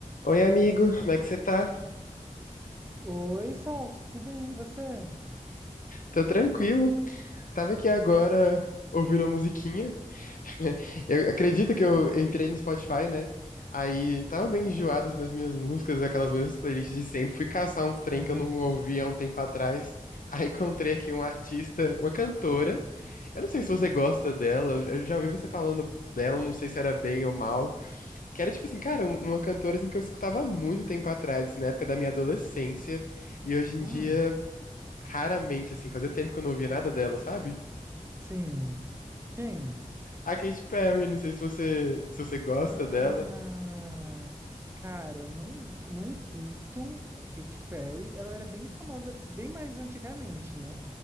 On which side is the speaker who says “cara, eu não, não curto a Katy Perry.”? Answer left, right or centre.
Right